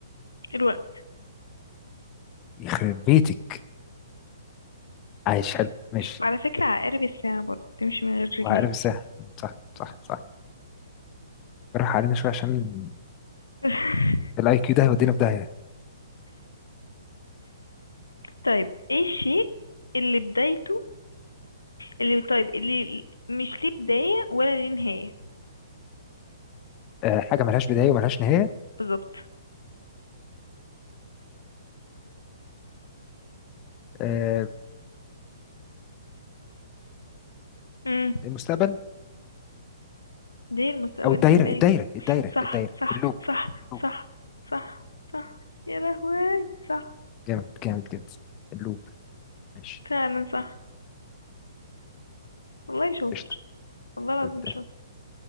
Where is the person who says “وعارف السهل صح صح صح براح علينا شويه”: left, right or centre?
Left